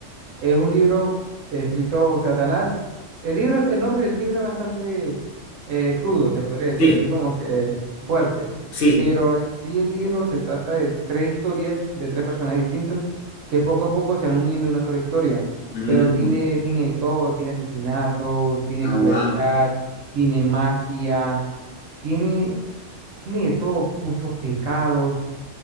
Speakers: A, on the right (about 80°); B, on the left (about 70°).
A: Es un libro escrito Satanás. El libro, el nombre del libro es bastante eh, crudo, se podría decir,
B: Sí,
A: así como que fuerte.
B: sí.
A: Pero en sí el libro se trata de tres historias de tres personajes distintos que poco a poco se van uniendo en una sola historia.
B: Mm.
A: Pero tiene, tiene de todo, tiene asesinatos, tiene
B: Ah,
A: crueldad, tiene magia tiene Tiene de todo, muchos pecados.